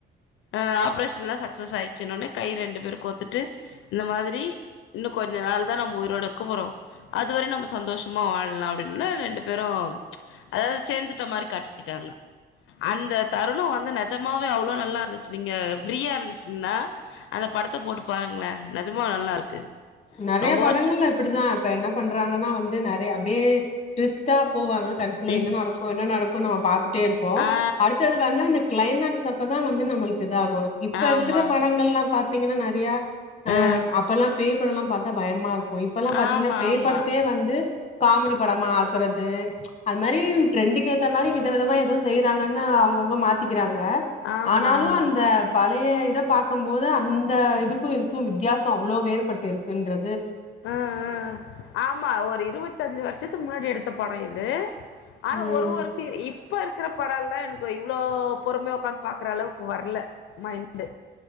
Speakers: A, on the left; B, on the left.
A: அஹ் ஆப்ரேஷன் எல்லாம் சக்சஸ் ஆயிடுச்சுன்ன உனே கை ரெண்டு பேரும் கோத்துட்டு இந்த மாதிரி இன்னும் கொஞ்ச நாள் தான் நம்ம உயிரோடு கூ போறோம் அதுவரை நம்ம சந்தோஷமா வாழலாம் அப்படின்னா ரெண்டு பே பேறும் அதாவது சேர்ந்துட்ட மாரி காட்டிக்கிட்டாங்க அந்த தருணம் வந்து நஜமாவே அவ்ளவு நல்லா இருந்துச்சு நீங்க ஃப்ரீயா இருந்துச்சுங்கன்னா அந்த படத்தை போட்டு பாருங்களன் நஜமாவ நல்லா இருக்கு
B: நிறைய
A: ரொம்ப
B: படங்கள்ல
A: வருஷ
B: இப்படிதான் இப்ப என்ன பண்றாங்கன்னா வந்து நிறைய அப்படியே ட்விஸ்ட்டா போவாங்க கடிசில
A: ம்
B: என்ன நடக்கும் என்ன நட நம்ம பாத்துட்டு டே இருப்போம்
A: ஆ
B: அடுத்தது வந்து அந்த கிளைமேக்ஸ் அப்பதான் வந்து நம்மளுக்கு த ஆகும் இப்ப
A: ஆமா
B: இருக்கிற படங்கள்ல்லாம் பார்த்தீங்கன்னா நறைய அஹ்
A: ஆ
B: அப்பெல்லாம் இப்பெல்லாம் பார்த்த பயமா இருக்கும் இப்பல்லாம் பாத்தீங்கன்னா
A: ஆமா
B: பேய்
A: ஆமா
B: படத்தே வந்து காமெடி படமா ஆக்குறது அது மாதிரி ட்ரெண்டுக்கு ஏ இந்த மாரி வித விதமா எதுவும் செய்யறாங்கன்னு அவுங்கவுங்க மாத்திக்கிறாங்க
A: ஆமா
B: ப ஆனாலும்
A: ஆமா
B: அந்த பல நழைய இதை பார்க்கும் போது அந்த இதுக்கும் இருக்கும் வித்தியாசம் அவ்வளோ வேறுபட்டு டு இருக்கின்ற
A: அ அ ஆமா ஒரு இருபத்தஞ்சு வருஷத்துக்கு முன்னாடி எடுத்த படம் எது து ஆனா
B: ம்
A: ஒரு ஒரு சீ இப்போ இருக்கிற படம் எல்லாம் எனக்கு இவ்ளோ பொறுமைைய உக்காந்து பாக்குற அளவுக்கு வரல மைண்டு